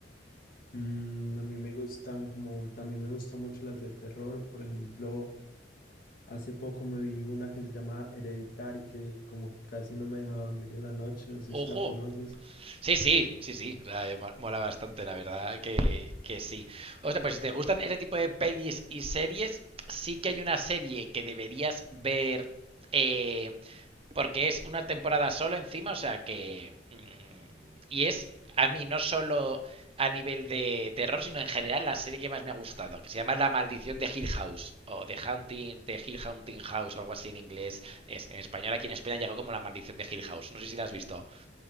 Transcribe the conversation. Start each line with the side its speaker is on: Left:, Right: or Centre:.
Left: Mm, a mí me gustan como, también me gustan mucho las de terror. Por ejemplo, hace poco me vi una que se llama Hereditary, que como casi no me deja dormir en la noche, no sé
Right: ¡Ojo!
Left: si la conoces.
Right: Sí, sí, sí, sí. O sea, eh, mo- mola bastante, la verdad que, que sí. O sea, pues si te gustan ese tipo de pelis y series, sí que hay una serie que deberías ver eh, porque es una temporada solo encima, o sea que... mm, y es, a mí, no solo a nivel de terror, sino en general la serie que más me ha gustado, que se llama La Maldición de Hill House, o The Haunting, The Hill Haunting House, o algo así en inglés. Es, en español aquí en España llegó como La Maldición de Hill House. No sé si la has visto.